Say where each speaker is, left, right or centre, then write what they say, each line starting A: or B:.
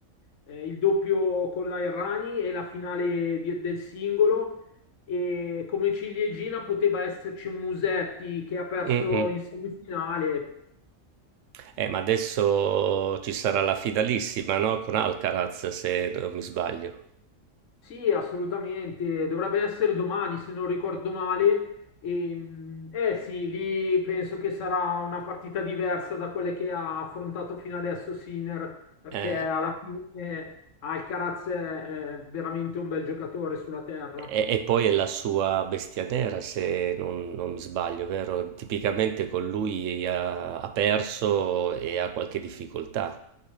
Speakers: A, on the left; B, on the right.
A: eh, il doppio con la Errani e la finale di- del singolo. E come ciliegina poteva esserci un Musetti che ha perso
B: Mm-mm.
A: in semifinale.
B: Eh, ma adesso ci sarà la fidalissima, no? Con Alcaraz, se non mi sbaglio.
A: Sì, assolutamente, dovrebbe essere domani se non ricordo male. E, mh, eh sì, lì penso che sarà una partita diversa da quelle che ha affrontato fino adesso Sinner, perché
B: Eh,
A: alla fine Alcaraz è è veramente un bel giocatore sulla terra.
B: e, e poi è la sua bestia nera, se non, non mi sbaglio, vero? Tipicamente con lui ha, ha perso e ha qualche difficoltà.